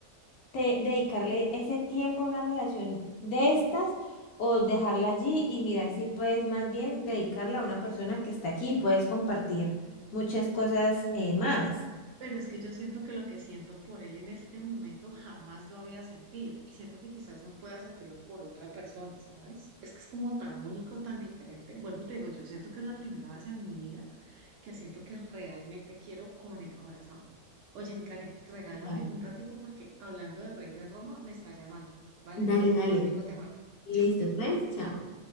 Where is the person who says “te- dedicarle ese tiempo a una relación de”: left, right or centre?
Left